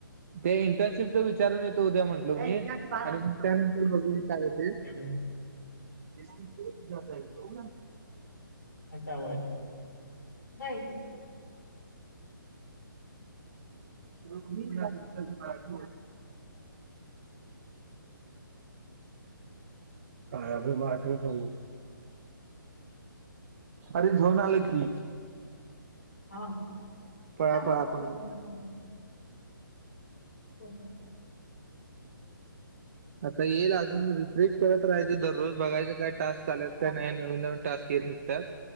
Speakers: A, on the right; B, on the left.
A: ते इंटर्नशिपच विचारून येतं उद्या म्हटलं मी आणि त्यानंतर बघून काय होतें
B: केमिस्ट
A: रोज जातोय तो
B: आता वय वय ईकून
A: म घ मला <inaudible> काय माझं होऊ अरे झोन आलं की
B: हा
A: पळा
B: आता
A: पळा
B: कोण
A: पळा
B: आहे होम
A: आता येईल अजून रिफ्रेश करत राहायचं दररोज बघायचं काय टास्क आल्यात. नाही नवीन नवीन टास्क येऊ शकतात.